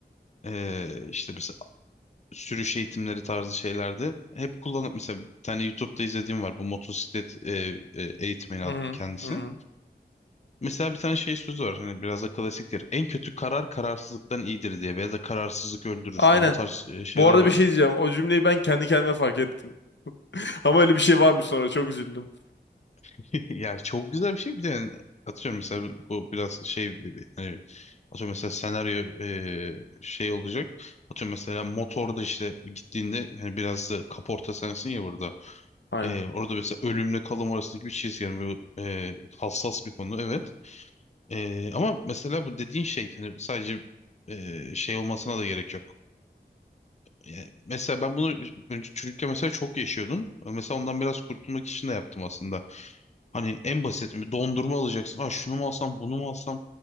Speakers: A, on the left (about 40°); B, on the left (about 80°).
A: e, işte mesela sürüş eğitimleri tarzı şeylerde hep kullanıp mesela bir tane YouTube'da izlediğim var bu motosiklet e, e, eğitmeni
B: Hı
A: ad-
B: hı,
A: kendisi.
B: hı hı.
A: Mesela bir tane şey sözü var hani biraz da klasiktir. En kötü karar kararsızlıktan iyidir diye veya da kararsızlık öldürür.
B: Aynen.
A: Yani bu tarz e, şeyler
B: Bu arada
A: var.
B: bir şey diyeceğim. O cümleyi ben kendi kendime fark ettim. <laughs> Ama öyle bir şey varmış sonra çok üzüldüm.
A: <laughs> Ya çok güzel bir şey bir de yani atıyorum mesela bu biraz şey gibi hani atıyorum mesela senaryo e, şey olacak. Atıyorum mesela motorda işte gittiğinde hani biraz da kaporta sensin ya burada.
B: Aynen.
A: Ee, orada mesela ölümle kalım arasındaki bir çizgi yani bu, e, hassas bir konu evet. Ee, ama mesela bu dediğin şey hani sadece e, şey olmasına da gerek yok. Yani mesela ben bunu önce çocukken mesela çok yaşıyordum. Mesela ondan biraz kurtulmak için de yaptım aslında. Hani en basit bir dondurma alacaksın. Aa şunu mu alsam bunu mu alsam